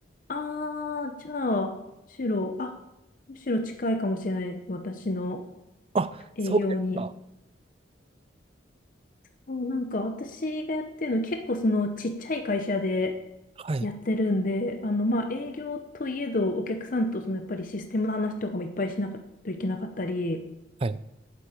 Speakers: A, on the left; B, on the right.
A: あー、じゃあ、むしろ、あ、むしろ近いかもしれないです。私の
B: あ、
A: 営業に。
B: そうですか。
A: そう、なんか私がやってるの結構そのちっちゃい会社で
B: はい。
A: やってるんで、あのまあ営業といえどお客さんとそのやっぱりシステムの話とかもいっぱいしなきゃいけなかったり、
B: はい。